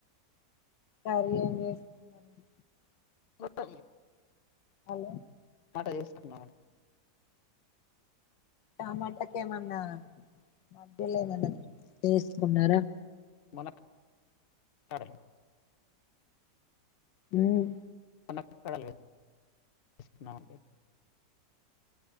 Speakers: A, on the left; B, on the left.
A: కర్రీ ఏం చేస్తున్నారండి
B: ప్రత్తం
A: హలొ
B: మాట తీసుకున్నావ్
A: టమాటాకి ఏమన్నా మధ్యలో ఏమన్నా టేసుకున్నారా?
B: మనక్ కరలు
A: హ్మ్
B: అ నక్క కడల్ కద్ ఇస్తూన్నామండి.